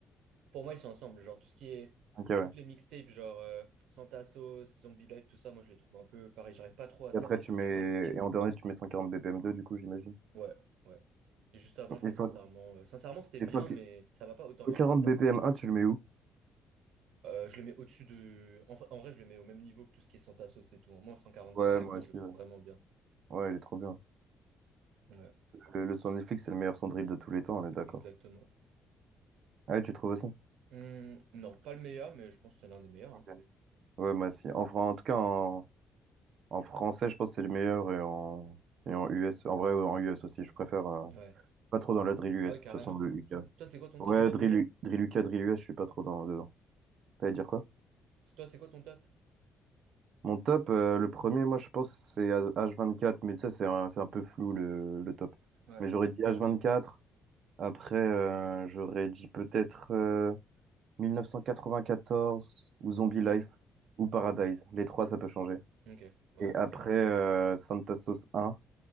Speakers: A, on the right; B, on the right.
A: Pour moi, ils sont ensemble. Genre tout ce qui est.
B: Ok, ouais.
A: Toutes les mixtapes, genre euh, Santa Sauce, Zombie Life, tout ça, moi je les trouve un peu pareil. J'arrive pas trop à savoir
B: Et après, tu
A: ce qui
B: mets.
A: est mieux que l'autre.
B: Et en dernier, tu mets 140 BPM2, du coup, j'imagine.
A: Ouais, ouais. Et juste avant, je mets
B: Et
A: sincèrement.
B: toi,
A: euh, Sincèrement, c'était
B: et
A: bien,
B: toi, qui-
A: mais ça m'a pas autant
B: 140
A: marqué que.
B: BPM1, tu le mets où?
A: Euh, je le mets au-dessus de. En, fa- en vrai, je le mets au même niveau que tout ce qui est Santa Sauce et tout. Moi, 140
B: Ouais,
A: BPM
B: moi
A: un
B: aussi.
A: je le trouve
B: Ouais,
A: vraiment bien.
B: Ouais, il est trop bien.
A: Ouais,
B: Le, le son de Netflix, c'est le meilleur son de drill de tous les temps, on est d'accord.
A: exactement.
B: Ah ouais, tu trouves aussi?
A: Hum, non, pas le meilleur, mais je pense que c'est l'un des meilleurs.
B: Ok.
A: hein.
B: Ouais, moi aussi. En, fran- en tout cas, en, en français, je pense que c'est le meilleur. Et en, et en US, en vrai, en US aussi, je préfère. euh,
A: Ouais.
B: Pas trop dans la drill US,
A: Ah ouais,
B: de
A: carrément.
B: toute façon, le UK.
A: Toi, c'est quoi ton
B: Ouais,
A: top?
B: drill, U- drill UK, drill US, je suis pas trop dans, dedans. T'allais dire quoi?
A: C'est- Toi, c'est quoi ton top?
B: Mon top, euh, le premier, moi je pense que c'est H24, mais tu sais, c'est un, c'est un peu flou le, le top.
A: Ouais.
B: Mais j'aurais dit H24, après euh, j'aurais dit peut-être euh, 1994 ou Zombie
A: Hmm,
B: Life ou Paradise. Les trois, ça peut changer.
A: Ok. Ouais,
B: Et
A: bah.
B: après euh, Santa Sauce 1,